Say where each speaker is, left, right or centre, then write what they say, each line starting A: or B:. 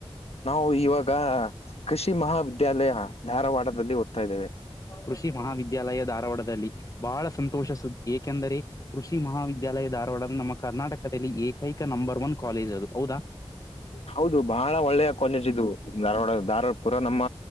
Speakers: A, on the left; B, on the left.
A: ನಾವು ಇವಾಗ ಕೃಷಿ ಮಹಾವಿದ್ಯಾಲಯ ಧಾರವಾಡದಲ್ಲಿ ಓದ್ತಾ ಇದ್ದೇವೆ.
B: ಕೃಷಿ ಮಹಾವಿದ್ಯಾಲಯ ಧಾರವಾಡದಲ್ಲಿ ಬಹಳ ಸಂತೋಷ ಸುದ್ದಿ ಏಕೆಂದರೆ ಕೃಷಿ ಮಹಾವಿದ್ಯಾಲಯ ಧಾರವಾಡ ನಮ್ಮ ಕರ್ನಾಟಕದಲ್ಲಿ ಏಕೈಕ ನಂಬರ್ ಒನ್ ಕಾಲೇಜ್ ಅದು ಹೌದಾ.
A: ಹೌದು ಬಹಳ ಒಳ್ಳೆಯ ಕಾಲೇಜ್ ಇದು ಧಾರವಾಡ ಧಾರವಾಡಪುರ ನಮ್ಮ